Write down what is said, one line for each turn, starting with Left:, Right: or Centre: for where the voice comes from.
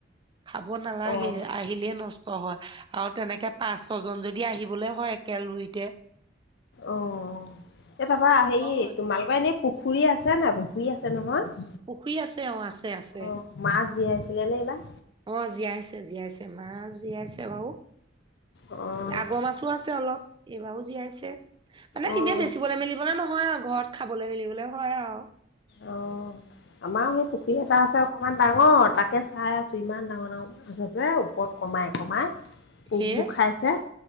Right: খাব নালাগে
Left: অ'।
Right: আহিলে নষ্ট হয় আৰু তেনেকে পাঁচ ছ জন যদি আহিবলে হয় একেলোৰিতে
Left: অ এই তাপা হেৰি
Right: হয়
Left: তোমালোকৰ এনেই পুখুৰী আছে নাই পুখুৰী আছে নহয়।
Right: পুখুৰী আছে অ আছে আছে।
Left: অ', মাছ জীয়াইছিলে নে এইবাৰ?
Right: অ জীয়াই- জীয়াইছে মাছ জীয়াইছে বাৰু
Left: অ',
Right: আগৰ মাছো আছে অলপ। এইবাৰও জীয়াইছে মানে
Left: অ',
Right: এনে বেচিবলৈ মেলিবলে নহয় আও। ঘৰত খাবলৈ মেলিবলৈ হয় আও।
Left: অ আমাৰো সেই পুখুৰী এটা আছে অকমান ডাঙৰ তাক- কে চাই আছো ইমান ডাঙৰ ডাঙৰ আছে যে ওপৰত কমাই কমাই পোকবোৰ
Right: সেয়ে
Left: খাইছে।